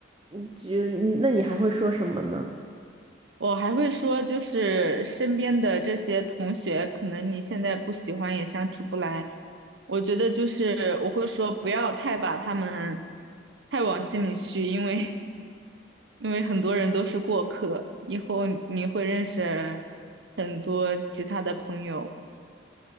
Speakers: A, on the right; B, on the right.
A: 你觉你那你还会说什么呢？
B: 我还会说，就是身边的这些同学，可能你现在不喜欢也相处不来，我觉得就是我会说，不要太把他们太往心里去，因为因为很多人都是过客，以后你会认识很多其他的朋友。